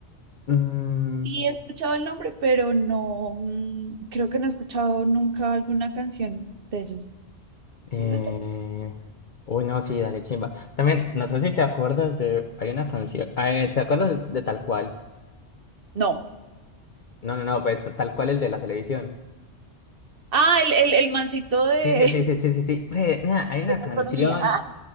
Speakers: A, on the left (about 45°); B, on the right (about 55°).
A: Mm,
B: Y he escuchado el nombre, pero no, mm, creo que no he escuchado nunca alguna canción de ellos.
A: Eh...
B: Está-
A: Uy, no, sí, dale, chimba. También, no sé si te acuerdas de... Hay una canción... eh, ¿te acuerdas de Tal Cual?
B: No.
A: No, no, no, pues Tal Cual el de la televisión.
B: Ah, el, el, el mancito de,
A: Sí, sí, sí,
B: <laughs>
A: sí, sí, sí. sí. Bre, nea, hay una
B: de la
A: canción
B: economía. Ah,